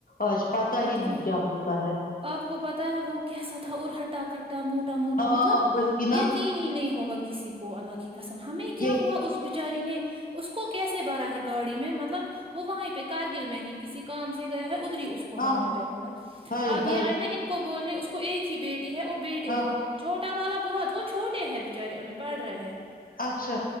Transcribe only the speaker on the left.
آج پت
ہی نہیں
کیا ہوتا ہے
ہاں
وہی
نا
یہی
ہاں
ہائے
ہائے
ہاں
اچھا